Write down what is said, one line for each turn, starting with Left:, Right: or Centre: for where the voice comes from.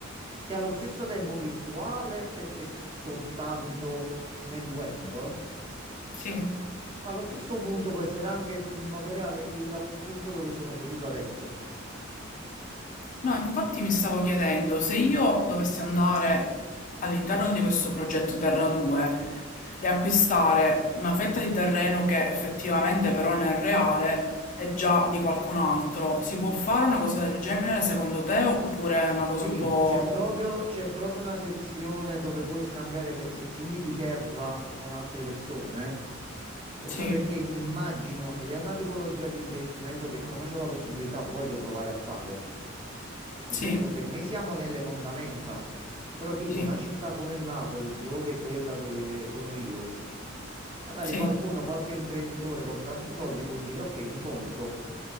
Right: che è allo stesso tempo virtuale perché è soltanto nel web,
Left: sì, sì.
Right: ma allo stesso punto può essere anche in modo reale il punto dove sono seduto adesso.
Left: No, infatti mi stavo chiedendo se io dovessi andare all'interno di questo progetto Terra 2 e acquistare una fetta di terreno che effettivamente però nel reale è già di qualcun altro, si può fare una cosa del genere secondo te oppure è una cosa
Right: Sì,
Left: un po'...
Right: c'è proprio, c'è proprio una sezione dove puoi scambiare pezzettini di terra con altre persone. Questo
Left: Sì,
Right: perché immagino, ed è una tipologia di investimento che come ho la possibilità voglio provare a fare. Ho
Left: sì,
Right: detto, per me siamo nelle fondamenta, però tipo
Left: sì,
Right: una città come Napoli, dove è quella dove sono io. Magari
Left: sì,
Right: qualcuno, qualche imprenditore con tanti soldi può dire: Ok, mi compro